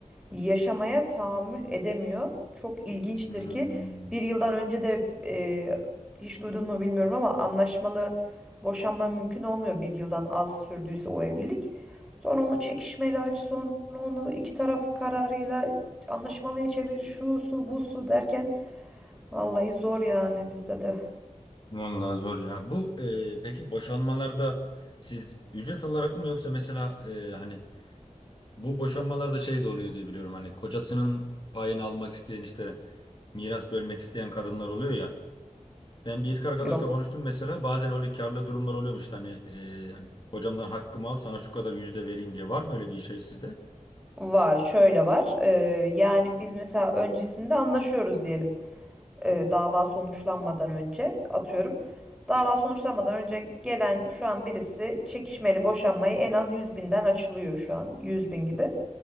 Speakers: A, in the centre; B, on the left.
A: yaşamaya tahammül edemiyor. Çok ilginçtir
B: Hmm,
A: ki bir yıldan önce de e, hiç duydun mu bilmiyorum ama anlaşmalı Boşanma mümkün olmuyor bir yıldan az sürdüyse o evlilik. Sonra onu çekişmeli aç, sonra onu iki taraf kararıyla anlaşmalıya çevir, şu su bu su derken vallahi zor yani bizde de.
B: vallahi zor ya. Bu e, peki boşanmalarda siz ücret alarak mı yoksa mesela e, hani bu boşanmalarda şey de oluyor diye biliyorum hani kocasının payını almak isteyen işte miras bölmek isteyen kadınlar oluyor ya. Ben bir iki arkadaşla
A: Yok
B: konuştum mesela bazen öyle karlı durumlar oluyormuş işte hani e, hani hocamdan hakkımı al sana şu kadar yüzde vereyim diye var mı öyle bir şey sizde?
A: var şöyle var Ee, yani biz mesela öncesinde anlaşıyoruz diyelim Ee, dava sonuçlanmadan önce atıyorum. Dava sonuçlanmadan önce gelen şu an birisi çekişmeli boşanmayı en az yüz binden açılıyor şu an yüz bin gibi.